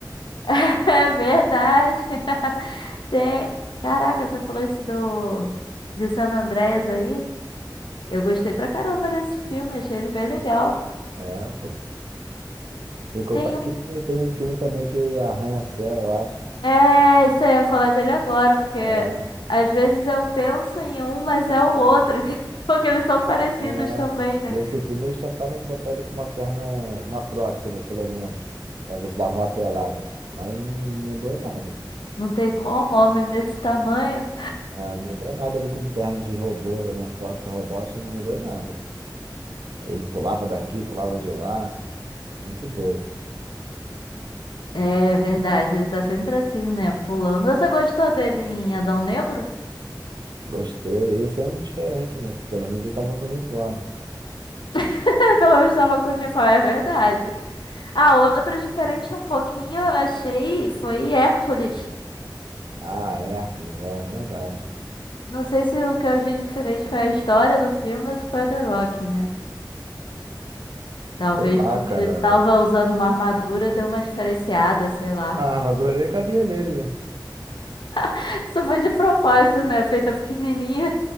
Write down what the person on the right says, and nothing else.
É, pô. Sem contar
que tem um filme também que é Arranha-Céu, eu acho.
É,
É,
nesse filme eles tentaram botar ele com uma perna, uma prótese, né, pelo menos, pra ver se dava uma pelada. Mas não mudou em nada.
É, não mudou em nada ele com perna de robô, né? Prótese robótica não mudou em nada. Ele pulava daqui, pulava de lá. Muito doido.
Gostei. Esse é um diferente, né? Que pelo menos ele tava com uniforme.
Ah, Hércules, é verdade.
Sei lá,
cara.
A armadura nem cabia nele, né?